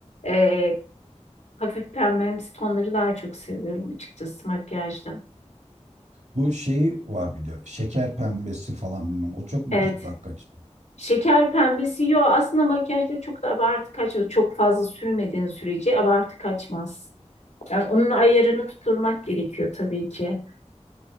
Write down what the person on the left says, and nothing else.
e, hafif pembemsi tonları daha çok seviyorum açıkçası makyajda.
Evet.
Şeker pembesi yok. Aslında makyajda çok da abartı kaçmaz. Çok fazla sürmediğin sürece abartı kaçmaz. Yani onun ayarını tutturmak gerekiyor tabii ki.